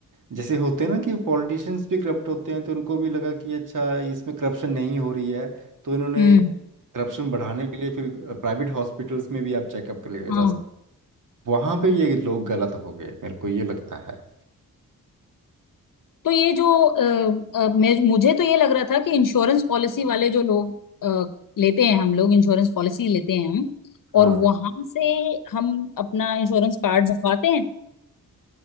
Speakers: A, on the right (about 60°); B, on the left (about 65°).
A: जैसे होते हैं ना कि पॉलिटिशियंस भी करप्ट होते हैं तो उनको भी लगा कि अच्छा इसमें करप्शन नहीं हो रही है तो इन्होंने
B: हम्म
A: करप्शन बढ़ाने के लिए फिर प्राइवेट हॉस्पिटल्स में भी आप चेकअप कर लेके जा
B: हाँ
A: सकते वहाँ पे ये लोग गलत हो गए मेरे को ये लगता है
B: तो ये जो अ, अ, मैं मुझे तो ये लग रहा था कि इंश्योरेंस पॉलिसी वाले जो लोग अ, लेते हैं हम लोग इंश्योरेंस पॉलिसी लेते हैं हम
A: हाँ
B: और वहां से हम अपना इंश्योरेंस कार्ड बनवाते हैं